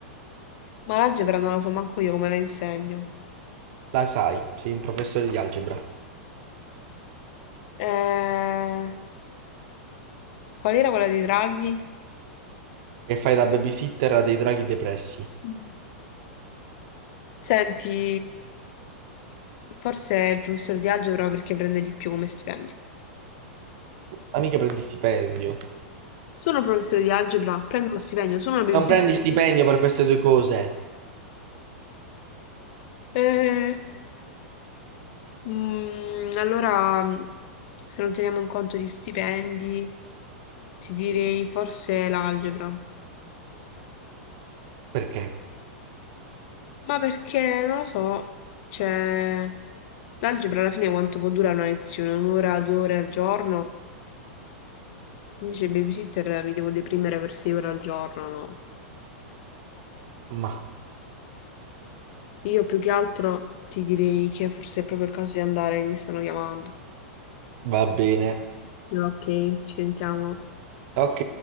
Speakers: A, on the left (about 55°); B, on the right (about 55°).
A: ma l'algebra non la so manco io come la insegno.
B: La sai, sei un professore di algebra
A: Eh, qual era quella di Draghi?
B: e fai da babysitter a dei draghi depressi.
A: Mm. Senti, forse è il professore di algebra perché prende di più come stipendio.
B: Ma mica prendi stipendio.
A: Sono professore di algebra, prendo lo stipendio, sono una babysitter.
B: Non prendi stipendio per queste due cose.
A: Eh, mm, allora, se non teniamo in conto gli stipendi, ti direi forse l'algebra.
B: Perché?
A: Ma perché, non lo so, cioè, l'algebra alla fine quanto può durare una lezione? Un'ora, due ore al giorno? Invece il babysitter mi devo deprimere per sei ore al giorno, no?
B: Ma
A: Io più che altro ti direi che forse è proprio il caso di andare, che mi stanno chiamando.
B: va bene.
A: Ok, ci sentiamo.
B: Ok.